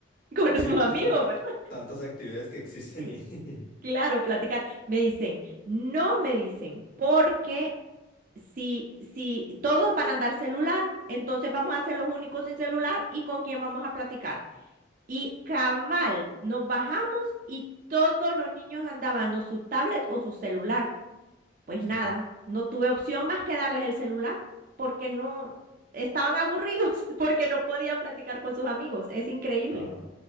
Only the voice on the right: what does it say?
<laughs> con
los-
sus
amigos, ¿verdad?
Sí.
Claro, platicar. Me dicen, no me dicen, porque si, si todos van a andar celular, entonces vamos a ser los únicos sin celular y con quién vamos a platicar. Y cabal, nos bajamos y todos los niños andaban o su tablet o su celular. Pues
nada, no tuve opción más que darles el celular porque no estaban aburridos, <laughs> porque no podían platicar con sus amigos. Es increíble.